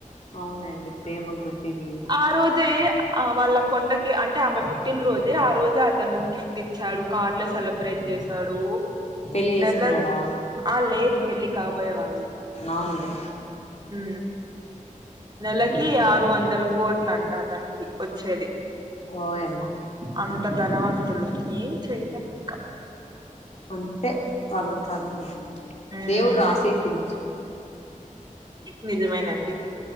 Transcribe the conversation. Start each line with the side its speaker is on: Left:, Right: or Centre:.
Left: అవునండి ప్రేమ గుడ్డిది
Right: ఆ రోజే ఆ వాళ్ళ కొండకి అంటే ఆమె పుట్టినరోజే ఆ రోజే అతను గిఫ్ట్ ఇచ్చాడు కార్ లో సెలబ్రేట్ జేశాడు
Left: పెళ్లి చేసుకున్నాడా
Right: నెల ఆ లేదు పెళ్లి కాబోయే వాళ్ళు
Left: అవునులే
Right: ఉ నెలకి ఆరు ఆరు వందల కోట్ల అంట అతనికి వచ్చేది
Left: వాయమ్మో
Right: అంత ధనవంతులు ఏం చేయలేం ఇంకా
Left: అంతే వాళ్ళ కర్మయ్య
Right: మ్మ్
Left: దేవుడు రాసేసిండు
Right: నిజమేనండి